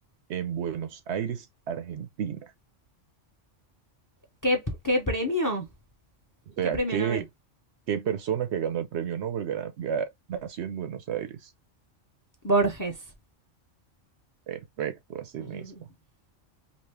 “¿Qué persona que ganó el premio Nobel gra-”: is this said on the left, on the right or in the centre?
Right